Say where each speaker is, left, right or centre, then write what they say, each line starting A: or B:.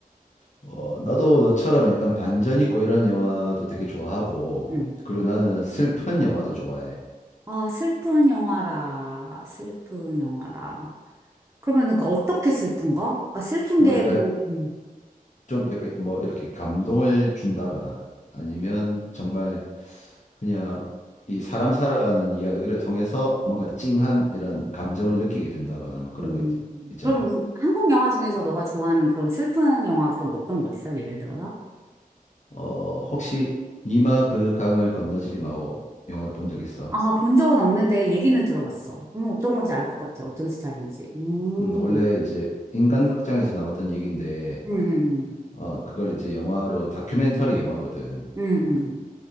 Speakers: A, on the left; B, on the right.
A: 어, 나도 너처럼 약간 반전 있고 이런 영화도 되게 좋아하고,
B: 응.
A: 그리고 나는 슬픈 영화도 좋아해.
B: 아, 슬픈 영화라. 슬픈 영화라. 그러면은 그 어떻게 슬픈 거? 그러니까 슬픈
A: 뭐
B: 게
A: 약간
B: 뭐, 음,
A: 좀 약간 뭐 이렇게 감동을 준다거나 아니면 정말 그냥 이 사람 살아가는 이야기를 통해서 뭔가 찡한 이런 감정을 느끼게 된다거나 뭐 그런
B: 음.
A: 거 있, 잖아
B: 그럼 우- 한국 영화 중에서 너가 좋아하는 그런 슬픈 영화 그런 거 어떤 거 있어? 예를 들어서?
A: 어, 혹시 니마 그 강을 건너지 마오 영화를 본 적 있어?
B: 아, 본 적은 없는데 얘기는 들어봤어. 음, 어떤 건지 알 것 같아. 어떤 스타일인지. 음,
A: 음, 원래 이제 인간극장에서 나왔던 얘기인데
B: 음, 음,
A: 어, 그걸 이제 영화로 다큐멘터리 영화거든.
B: 음. 음.